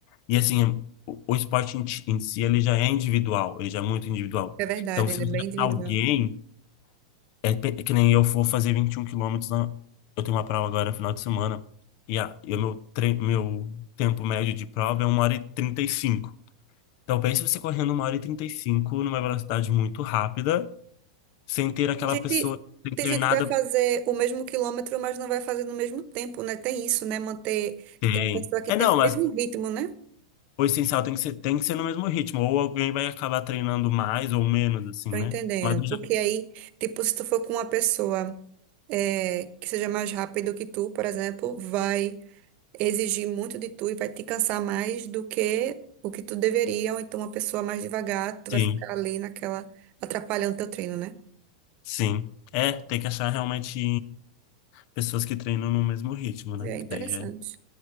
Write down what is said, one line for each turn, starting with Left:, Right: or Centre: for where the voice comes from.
Left: E assim, o, o esporte em, ti- em si, ele já é individual, ele já é muito individual.
Right: é verdade,
Left: Então, se
Right: ele
Left: você
Right: é bem
Left: achar
Right: individual.
Left: alguém, é, pe- é que nem eu for fazer 21 quilômetros, na- eu tenho uma prova agora final de semana, e, a, e o meu, tre- meu tempo médio de prova é 1 hora e trinta e cinco Então, pense você correndo 1 hora e 35 numa velocidade muito rápida, sem ter aquela
Right: Tem gente,
Left: pessoa, sem
Right: tem
Left: ter
Right: gente
Left: nada.
Right: que vai fazer o mesmo quilômetro, mas não vai fazer no mesmo tempo, né? Tem isso, né? Manter,
Left: Tem.
Right: tem uma pessoa que
Left: É,
Right: tem
Left: não,
Right: o
Left: mas
Right: mesmo ritmo, né?
Left: o essencial tem que ser, tem que ser no mesmo ritmo, ou alguém vai acabar treinando mais ou menos, assim,
Right: Tô
Left: né?
Right: entendendo.
Left: Mas eu
Right: Porque
Left: já.
Right: aí, tipo, se tu for com uma pessoa é, que seja mais rápido que tu, por exemplo, vai exigir muito de tu e vai te cansar mais do que o que tu deveria, ou então uma pessoa mais devagar, tu
Left: Sim.
Right: vai ficar ali naquela, atrapalhando teu treino, né?
Left: Sim. É, tem que achar realmente pessoas que treinam no mesmo ritmo, né?
Right: É interessante.
Left: Que daí é.